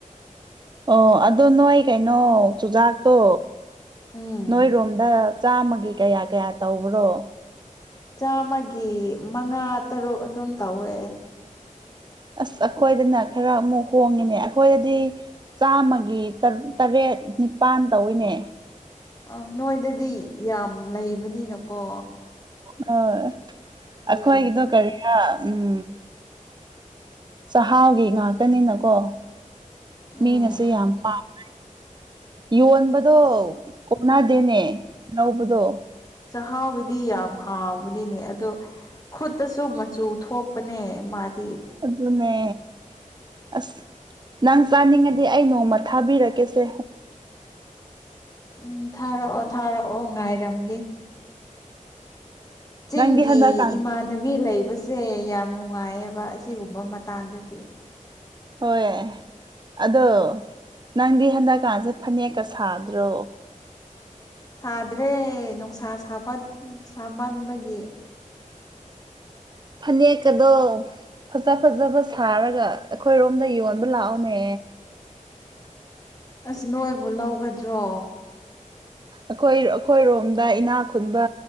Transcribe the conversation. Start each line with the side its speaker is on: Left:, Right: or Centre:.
Right: ꯑꯣ ꯑꯗꯨꯣ ꯅꯣꯏ ꯀꯩꯅꯣ ꯆꯨꯖꯥꯛꯇꯣ
Left: ꯎꯝ
Right: ꯅꯣꯏꯔꯣꯝꯗ ꯆꯥꯃꯒꯤ ꯀꯌꯥ ꯀꯌꯥ ꯇꯧꯕ꯭ꯔꯣ
Left: ꯆꯥꯝꯃꯒꯤ ꯃꯉꯥ ꯇꯔꯨꯛ ꯑꯗꯨꯝ ꯇꯧꯋꯦ
Right: ꯑꯁ ꯑꯩꯈꯣꯏꯗꯅ ꯈꯔ ꯑꯃꯨꯛ ꯍꯣꯡꯉꯤꯅꯦ ꯑꯩꯈꯣꯏꯗꯗꯤ ꯆꯥꯝꯃꯒꯤ ꯇꯔꯦꯠ ꯅꯤꯄꯥꯜ ꯇꯧꯋꯤꯅꯦ
Left: ꯑ ꯅꯣꯏꯗꯗꯤ ꯌꯥꯝ ꯂꯩꯕꯅꯤꯅꯀꯣ
Right: ꯍꯣꯏ
Left: ꯑꯗꯨꯒꯤꯅꯤ
Right: ꯑꯩꯈꯣꯏꯒꯤꯗꯣ ꯀꯔꯤꯅ ꯎꯝ ꯆꯍꯥꯎꯒꯤ ꯉꯥꯛꯇꯅꯤꯅꯀꯣ
Left: ꯎꯝ
Right: ꯃꯤꯅꯁꯨ ꯌꯥꯝ ꯄꯥꯝꯃꯦ ꯌꯣꯟꯕꯗꯣ
Left: ꯑꯁ
Right: ꯀꯣꯛꯅꯗꯦꯅꯦ ꯂꯧꯕꯗꯣ
Left: ꯍꯥꯎꯕꯗꯤ ꯌꯥꯝ ꯍꯥꯎꯕꯗꯤꯅꯦ ꯑꯗꯣ ꯈꯨꯠꯇꯁꯨ ꯃꯆꯨ ꯊꯣꯛꯄꯅꯦ ꯃꯥꯗꯤ
Right: ꯑꯗꯨꯅꯦꯃꯦ ꯑꯁ ꯅꯪ ꯆꯥꯅꯤꯡꯉꯗꯤ ꯑꯩ ꯅꯣꯡꯃ ꯊꯥꯕꯤꯔꯛꯀꯦꯁꯦ
Left: ꯎꯝ ꯊꯥꯔꯛꯑꯣ ꯊꯥꯔꯛꯑꯣ ꯉꯥꯏꯔꯝꯒꯦ ꯆꯤꯡꯒꯤ
Right: ꯅꯪꯗꯤ ꯍꯟꯗꯛꯀꯥꯟ
Left: ꯏꯃꯥꯟꯅꯕꯤ ꯂꯩꯕ ꯁꯦ ꯌꯥꯝ ꯅꯨꯡꯉꯥꯏꯌꯦꯕ ꯑꯁꯤꯒꯨꯝꯕ ꯃꯇꯥꯡꯗꯗꯤ
Right: ꯍꯣꯏ ꯑꯗꯣ ꯅꯪꯗꯤ ꯍꯟꯗꯛꯀꯥꯟꯁꯦ ꯐꯅꯦꯛꯀ ꯁꯥꯗ꯭ꯔꯣ
Left: ꯁꯥꯗ꯭ꯔꯦ ꯅꯨꯡꯁꯥ ꯁꯥꯃꯟꯕꯒꯤ
Right: ꯐꯅꯦꯛꯀꯗ ꯐꯖ ꯐꯖꯕ ꯁꯥꯔꯒ ꯑꯩꯈꯣꯏꯔꯣꯝꯗ ꯌꯣꯟꯕ ꯂꯥꯛꯑꯣꯅꯦ
Left: ꯑꯁ ꯅꯣꯏꯕꯨ ꯂꯧꯒꯗ꯭ꯔꯣ
Right: ꯑꯩꯈꯣꯏ ꯑꯩꯈꯣꯏꯔꯣꯝꯗ ꯏꯅꯥꯛ ꯈꯨꯟꯕ